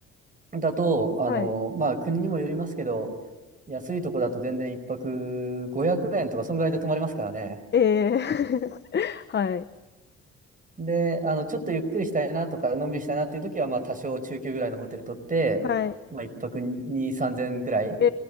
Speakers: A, on the right; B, on the left.
A: だと、あの、
B: はい。
A: まあ、国にもよりますけど、安いとこだと全然一泊500円とか、そんぐらいで泊まれますからね。
B: ええ。<laughs> はい、
A: で、あの、ちょっとゆっくりしたいなとか、のんびりしたいなっていうときは、まあ、多少中級ぐらいのホテル取って、
B: はい。
A: まあ、一泊2、3000円ぐらい。
B: え